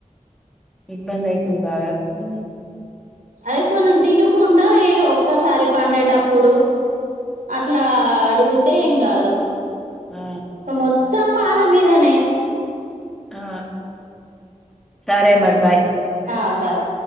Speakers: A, in the centre; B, on the right.
A: ఇబ్బందయితుది బాగా ఉ
B: అది కొంచెం తినకుండా ఏదిో ఒక్కసారి పండేటప్పుడు అట్లా అడిగితే ఏం కాదు
A: ఆ
B: మొత్తం పాల మీదనే
A: ఆ సరే మరి భాయ
B: ఆబార్